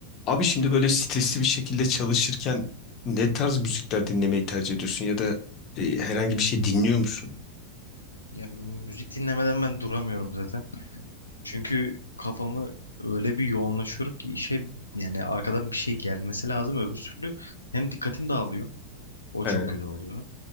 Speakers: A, on the left (about 35°); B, on the left (about 80°).
A: Abi şimdi böyle stresli bir şekilde çalışırken ne tarz müzikler dinlemeyi tercih ediyorsun ya da e, herhangi bir şey dinliyor musun?
B: Ya müzik dinlemeden ben duramıyorum zaten. Çünkü kafamı öyle bir yoğunlaşıyorum ki işe yani arkadan bir şey gelmesi lazım öbür türlü hem dikkatim dağılıyor. O
A: Evet.
B: çok kötü oluyor.